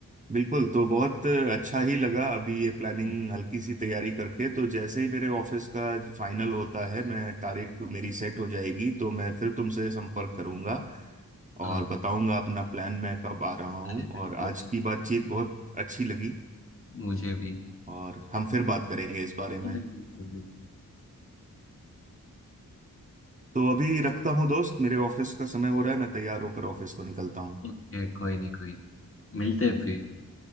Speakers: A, on the right (about 20°); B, on the left (about 40°).
A: बिल्कुल तो बहुत अच्छा ही लगा अभी ये प्लानिंग
B: हाँ
A: हल्की सी तैयारी करके तो जैसे ही मेरे ऑफिस का फाइनल होता
B: हाँ
A: है
B: हाँ,
A: मैं तारीख
B: हम्म,
A: मेरी सेट हो जाएगी तो मैं फिर तुमसे संपर्क करूंगा
B: हाँ,
A: और बताऊंगा अपना प्लान मैं कब आ रहा हूं
B: अरे बिल्कुल
A: और आज की बातचीत बहुत अच्छी लगी
B: मुझे भी
A: और हम फिर बात करेंगे इस बारे में
B: अरे बिल्कुल बिल्कुल
A: तो अभी रखता हूं दोस्त मेरे ऑफिस का समय हो रहा है मैं तैयार होकर ऑफिस को निकलता हूँ
B: ओके कोई नहीं कोई नहीं मिलते हैं फिर